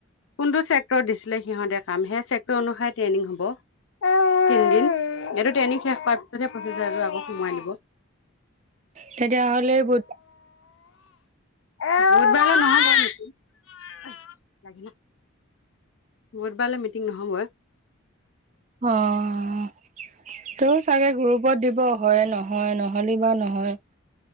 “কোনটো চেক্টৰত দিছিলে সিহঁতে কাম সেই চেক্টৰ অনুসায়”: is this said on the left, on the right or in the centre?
Left